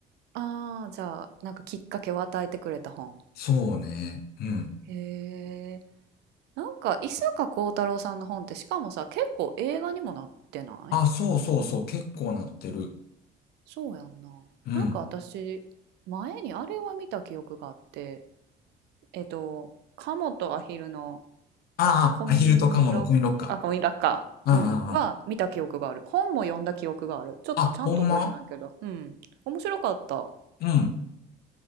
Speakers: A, on the right; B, on the left.
A: ああ、じゃあなんかきっかけを与えてくれた本。
B: そうね。うん。
A: へなんか伊坂幸太郎さんの本ってしかもさ結構映画にもなってない
B: あ、そうそうそう、結構なってる。
A: そうやんな。
B: うん。
A: なんか私前にあれは見た記憶があってえっと「鴨モとアヒル」の
B: ああ、
A: コインロッあコインラッカー、
B: アヒルとカモのコインロッカー。うんうんうん。
A: うん、は見た記憶がある本も読んだ記憶があるちょっとちゃんと覚えてないけどうん面白かった
B: あ、ほんまうん。